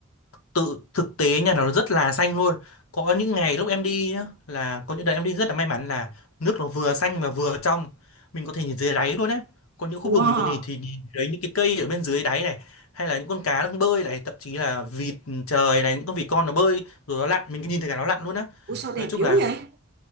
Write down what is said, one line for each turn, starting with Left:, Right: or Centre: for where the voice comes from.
Left: tự thực tế nhà nó rất là xanh luôn có những ngày lúc em đi nhá, là có những đợt em đi rất là may mắn là nước nó vừa xanh mà vừa trong mình có thể nhìn dưới đáy luôn á có những khu
Right: Wow,
Left: vực mình có thể thì nhìn thấy những cái cây ở bên dưới đáy này hay là những con cá đang bơi này thậm chí là vịt trời này những con vịt con nó bơi rồi nó lặn mình cứ nhìn thấy cả nó lặn luôn á
Right: ủa sao đẹp
Left: nói chung
Right: dữ
Left: là
Right: vậy?